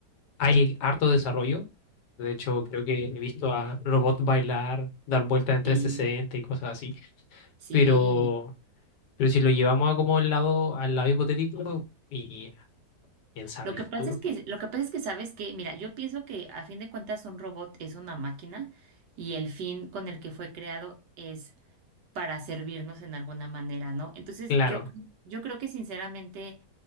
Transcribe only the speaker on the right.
Sí,
sí.
Lo
que
pasa es que, lo que pasa es que sabes que, mira, yo pienso que a fin de cuentas un robot es una máquina y el fin con el que fue creado es para servirnos en alguna manera, ¿no? Entonces,
yo, cre- yo creo que sinceramente